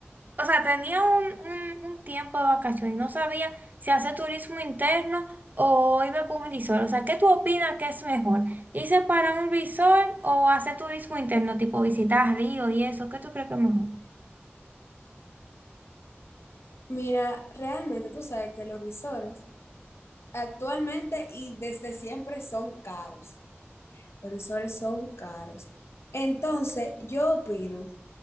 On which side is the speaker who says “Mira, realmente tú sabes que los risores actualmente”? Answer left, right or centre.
Left